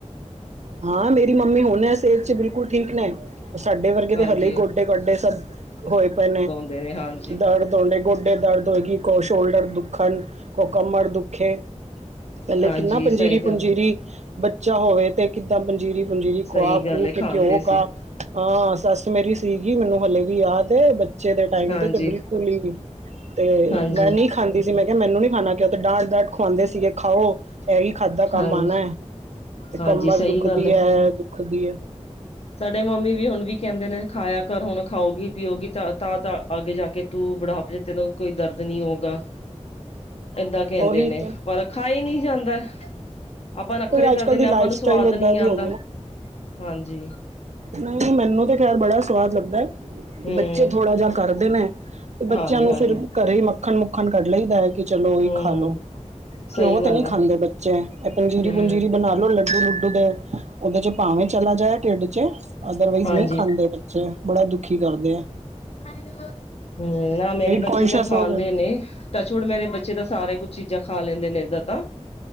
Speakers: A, on the right; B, on the left.
A: ਹਾਂ ਮੇਰੀ ਮੰਮੀ ਹੁਨ ਏਸ ਏਜ਼ ਚ ਬਿਲ ਬਿਲਕੁਲ ਠੀਕ ਨੇ, ਸਾਡੇ ਵਰਗੇ
B: ਹਾਂਜੀ
A: ਦੇ ਹਲੇ ਗੋਡੇ ਗਾਡੇ ਸਭ ਹੋਏ ਪਏ ਨੇ।
B: ਦੇ ਹਨ।
A: ਦਰਦ ਹੋਨਦੇ ਗੋਡੇ ਦਰਦ ਹੋਏਗੀ ਇਕ ਓ ਸ਼ੋਲਡਰ ਦੁੱਖਨ ਕੋਈ ਕਮਰ ਦੁੱਖੇ, ਪੈਲੇ
B: ਹਾਂਜੀ
A: ਕਿੰਨਾ ਪੰਜੀਰੀ
B: ਸਹੀ ਗੱਲ
A: ਪੁੰਜੀਰੀ
B: ਹੈ
A: ਬੱਚਾ ਹੋਵੇ ਤੇ ਕਿੱਦਾਂ ਪੰਜੀਰੀ ਪੁੰਜੀਰੀ ਖੁਆ
B: ਸਹੀ ਗੱਲ
A: ਖੂਆ
B: ਹੈ
A: ਕੇ
B: ਖਾਂਦੇ
A: ਘਿਓ
B: ਸੀ
A: ਘਾ ਹਾਂ ਸੱਸ ਮੇਰੀ ਸੀਗੀ ਮੈਨੂੰ ਹਲੇ ਵੀ ਯਾਦ ਏ ਬੱ ਬੱਚੇ ਦੇ ਟਾਈਮ
B: ਹਾਂਜੀ
A: ਤੇ ਬਿਲਕੁਲ ਈ ਨੀ ਤੇ
B: ਹਾਂਜੀ
A: ਮੈਂ ਨੀ ਖਾਂਦੀ ਸੀ ਮੈਂ ਕਿਆ ਮੈਨੂੰ ਨੀ ਖਾਨਾ ਕਿ ਓ ਤਾਂ ਡਾਂਟ-ਡਾਂਟ ਖੁਵਾਂਦੇ ਸੀਗੇ ਖਾਓ ਓਈ ਖਾਦਾ
B: ਹਾਂਜੀ
A: ਕੰਮ ਆਨੈ। ਤੇ
B: ਹਾਂਜੀ
A: ਕਮਰ
B: ਸਹੀ
A: ਦੁੱਖਦੀ
B: ਗੱਲ ਹੈ
A: ਐ ਦੁੱਖਦੀ ਐ।
B: ਸਾਡੇ ਮੰਮੀ ਵੀ ਹੁਨ ਵੀ ਕੈਂਦੇ ਨੇ ਖਾਏਆ ਕਰ ਹੁਨ ਖਾਓਗੀ ਪੀਓਗੀ ਤਾਂ ਤਾ-ਤਾ ਆਗੇ ਜਾ ਕੇ ਤੂੰ ਬਡਾਪੇ ਚ ਤੇਰਾ ਕੋਈ ਦਰਦ ਨੀ ਹੋਗਾ। ਏਦਾਂ ਕੈਂਦੇ
A: ਉਹੀ
B: ਨੇ
A: ਤੇ
B: ਪਰ ਖਾਈ ਨੀ ਜਾਂਦਾ। ਆਪਾਂ ਨੱਖਰੇ
A: ਕੋਈ
B: ਕਰ
A: ਅੱਜ ਕੱਲ
B: ਦਿੰਦੇ
A: ਦੀ
B: ਆਂ
A: ਲਾਈਫ
B: ਆਪਾਂ ਨੂੰ
A: ਸਟਾਈਲ
B: ਸਵਾਦ
A: ਏਦਾਂ
B: ਨੀ ਆਂਦਾ,
A: ਦੀ ਹੋ
B: ਹਾਂਜੀ।
A: ਨਈ ਮੈਨੂੰ ਤੇ ਖੈਰ ਬੜਾ ਸਵਾਦ ਲੱਗਦੈ।
B: ਹਮ
A: ਬੱਚੇ ਥੋੜਾ ਜਾ ਕਰਦੇ ਨੇ, ਤੇ ਬੱਚਿਆਂ
B: ਹਾਂਜੀ
A: ਨੂੰ
B: ਹਾਂਜੀ
A: ਫਿਰ ਘਰੇ ਈ ਮੱਖਣ ਮੁੱਖਣ ਕੱਢ ਲਈਦਾ ਐ। ਕਿ ਚਲੋ ਓਈ
B: ਹਮ
A: ਖਾ ਲੋੋ,
B: ਸਹੀ
A: ਘਿਓ
B: ਗੱਲ
A: ਤੇ ਨੀ ਖਾਂਦੇ
B: ਹੈ
A: ਬੱ ਚੇ ਏ ਪੰਜੀਰੀ
B: ਹਮ
A: ਪੁੰਜੀਰੀ ਬਨਾ ਲੋ ਲੱਡੂ ਲੁੱਡੂ ਦੇ ਓਦੇ ਚ ਭਾਵੇਂ ਚਲਾ ਜਾਏ ਢਿੱਡ ਚ ਅਦਰਵਾਈਜ਼
B: ਹਾਂਜੀ
A: ਨਈ ਖਾਂਦੇ ਬੱਚੇ ਬੜਾ ਦੁਖੀ ਕਰਦੇ ਐ।
B: ਹੈਲੋ, ਹੂੰ ਨਾ ਮੇਰੇ ਬੱਚੇ
A: ਕੌਨਸ਼ੀਅਸ
B: ਤਾਂ ਖਾਂਦੇ
A: ਹੋ ਗਏ
B: ਨੇ। ਟੱਚਵੁੱਡ ਮੇਰੇ ਬੱਚੇ ਤਾਂ ਸਾਰੇ ਕੁੱਝ ਚੀਜ਼ਾਂ ਖਾ ਲੈਂਦੇ ਨੇ ਏਦਾਂ ਤਾਂ।